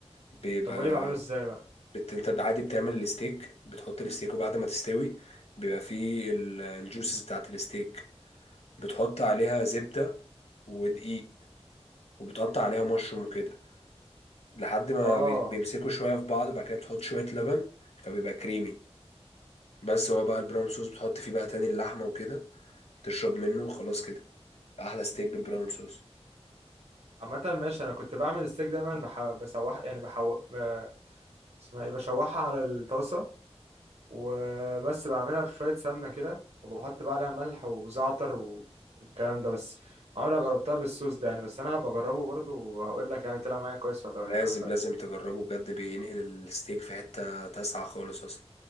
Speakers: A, on the left; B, on the right.
A: بيبقى
B: طب قولي بعمله ازاي بقى
A: بت... انت عادي بتعمل الستيك بتحط الستيك وبعد ما تستوي بيبقى فيه ال- الجوسز بتاعت الستيك بتحط عليها زبدة ودقيق وبتقطع عليها مشروم وكده لحد ما
B: اه
A: بي- اه بيمسكوا شوية في بعض وبعد كده بتحط شوية لبن فبيبقى كريمي بس هو بقى البراون صوص بتحط فيه بقى تاني اللحمة وكده تشرب منه وخلاص كده أحلى ستيك بالبراون صوص
B: عامة ماشي انا كنت بعمل الستيك دايما بح... بسوح يعني بحو ب- اسمها ايه بشوحها على الطاسة وبس بعملها في شوية سمنة كده وبحط بقى عليها ملح وزعتر و... والكلام ده بس عمري ما جربتها بالصوص ده يعني بس انا هبقى اجربه برضه وهقول لك يعني طلع معايا كويس ولا ولا
A: لازم لازم تجربه بجد بينقل الستيك في حتة تسعة خالص أصلا